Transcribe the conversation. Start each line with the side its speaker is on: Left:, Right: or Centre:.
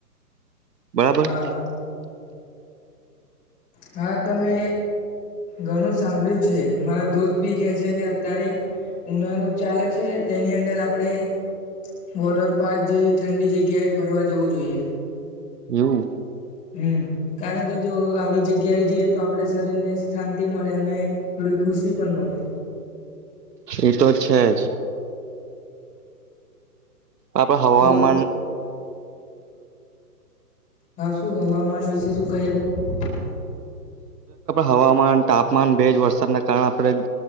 Right: બરાબર.
Left: હા
Right: <inaudible>
Left: હા તો મે ઘણું સાંભળ્યું છે, મારા દોસ્ત બી કે છે કે અત્યારે ઉનાળો ચાલે છે, તેની અંદર આપણે વોટર પાર્ક જેવી ઠંડી જગ્યાએ ફરવા જવું જોઈએ.
Right: એવું?
Left: હમ કારણ કે, જો આવી જગ્યાએ જઈએ તો આપણે શરીરને શાિ મળે અને, થોડી ખુશી પણ મળે.
Right: એતો છે, જ. આપડ હવામાન
Left: બોલો હા શું હવામાન વિશે શું કહી રહ્યા છે.
Right: હવામાન તાપમાન ભેજ વરસાદના કારણે આપણે